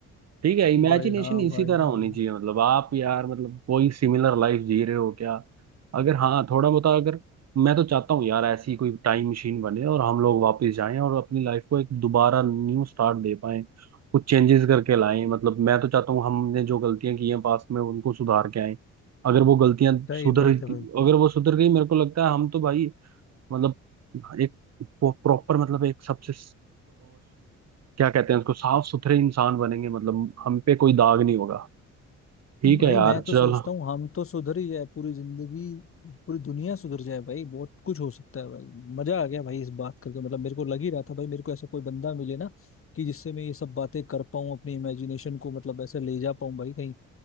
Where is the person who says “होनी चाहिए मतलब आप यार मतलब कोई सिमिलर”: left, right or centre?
Right